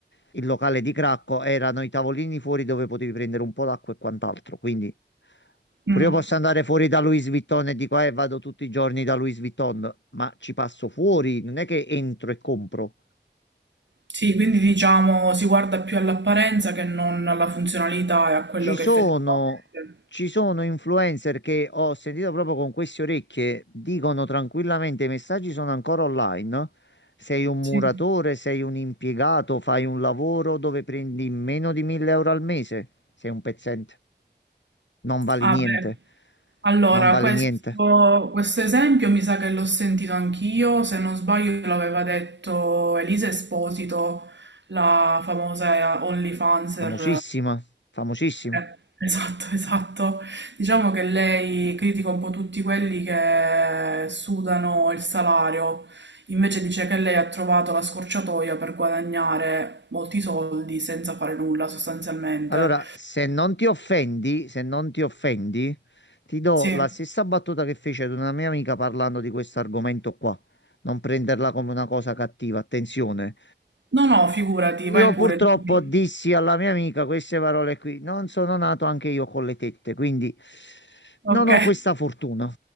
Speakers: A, on the left; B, on the right.
A: il locale di cracco, erano i tavolini fuori dove potevi prendere un po' d'acqua e quant'altro, quindi pure
B: Mm.
A: io posso andare fuori da Louis Vuitton e dico, eh, vado tutti i giorni da Louis Vuitton, ma ci passo fuori, non è che entro e compro.
B: Sì, quindi diciamo si guarda più all'apparenza che non alla funzionalità e a quello
A: Ci
B: che
A: sono,
B: effettivamente.
A: ci sono influencer che ho sentito proprio con queste orecchie, dicono tranquillamente, i messaggi sono ancora online. Sei un
B: Sì.
A: muratore, sei un impiegato, fai un lavoro dove prendi meno di 1000 euro al mese. Sei un pezzente, non vali
B: Ah,
A: niente,
B: beh. Allora,
A: non vali
B: questo,
A: niente.
B: questo esempio mi sa che l'ho sentito anch'io, se non sbaglio l'aveva detto Elisa Esposito, la famosa OnlyFanser.
A: Famosissima, famosissima.
B: Eh, Esatto, <laughs> esatto. Diciamo che lei critica un po' tutti quelli che sudano il salario, invece dice che lei ha trovato la scorciatoia per guadagnare molti soldi senza fare nulla sostanzialmente.
A: Allora, se non ti offendi, se non ti offendi, ti do
B: Sì.
A: la stessa battuta che fece ad una mia amica parlando di questo argomento qua. Non prenderla come una cosa cattiva, attenzione.
B: No, no, figurati,
A: Io
B: vai pure,
A: purtroppo
B: dimmi.
A: dissi alla mia amica queste parole qui. Non sono nato anche io con le tette, quindi
B: Ok.
A: non ho questa fortuna.